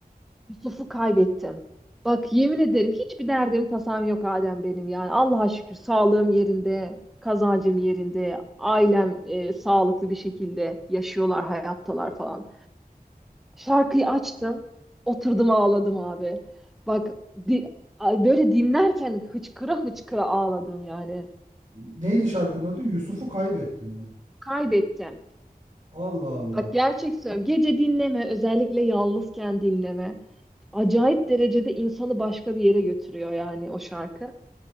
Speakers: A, in the centre; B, on the right.
A: Yusuf'u kaybettim. Bak yemin ederim hiçbir derdim tasam yok Adem benim yani. Allah'a şükür sağlığım yerinde, kazancım yerinde, ailem e, sağlıklı bir şekilde yaşıyorlar, hayattalar falan. Şarkıyı açtım, oturdum ağladım abi. Bak di- ay, böyle dinlerken hıçkıra hıçkıra ağladım yani.
B: Neydi şarkının adı? Yusuf'u kaybettim mi?
A: Kaybettim.
B: Allah Allah.
A: Bak gerçek söylüyorum. Gece dinleme, özellikle yalnızken dinleme. Acayip derecede insanı başka bir yere götürüyor yani o şarkı.